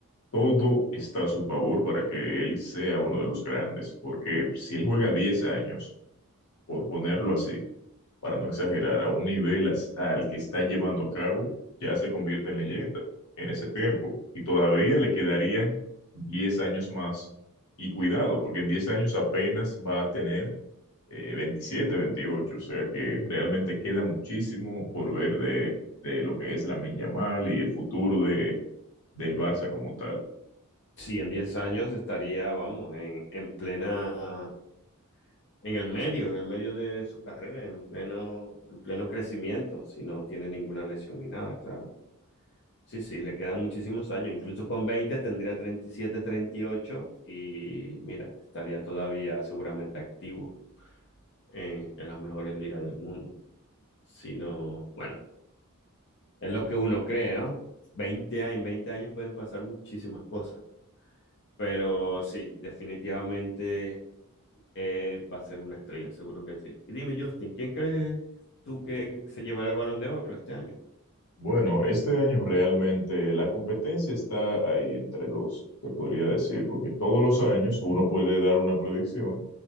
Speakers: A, on the left; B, on the left.
A: todo está a su favor para que él sea uno de los grandes, porque si él juega 10 años, por ponerlo así, para no exagerar, a un nivel as- al que está llevando a cabo, ya se convierte en leyenda en ese tiempo. Y todavía le quedarían 10 años más. Y cuidado, porque en 10 años apenas va a tener eh, 27, 28, o sea que realmente queda muchísimo por ver de, de lo que es la Yamal y el futuro de, del Barça como tal.
B: Sí, en 10 años estaría, vamos, en, en plena, en el medio, en el medio de su carrera, en pleno, en pleno crecimiento, si no tiene ninguna lesión ni nada, claro. Sí, sí, le quedan muchísimos años. Incluso con 20 tendría 37, 38 y ocho y mira, estaría todavía seguramente activo en, en las mejores ligas del mundo. Si no, bueno, Es lo que uno cree, ¿no? 20 años, en 20 años pueden pasar muchísimas cosas, pero sí, definitivamente eh, va a ser una estrella, seguro que sí. Y dime, Justin, ¿quién crees tú que se llevará el Balón de Oro este año?
A: Bueno, este año realmente la competencia está ahí entre dos, se podría decir, porque todos los años uno puede dar una predicción,